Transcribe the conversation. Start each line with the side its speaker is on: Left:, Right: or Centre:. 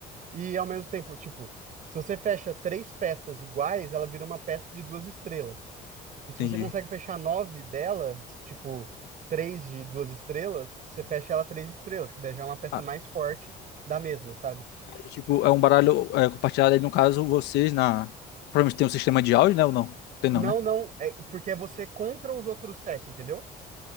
Right: e ao mesmo tempo, tipo, se você fecha três peças iguais, ela vira uma peça de duas estrelas. E se
Left: entendi.
Right: você consegue fechar nove delas, tipo, três de duas estrelas, você fecha ela três estrelas, que daí já é uma peça
Left: Ah,
Right: mais forte da mesma, sabe?
Left: é tipo, é um baralho é, compartilhado aí, no caso, vocês na. Provavelmente tem um sistema de áudio, né? Ou não? Tem
Right: Não,
Left: não, né?
Right: não, é porque é você contra os outros sete, entendeu?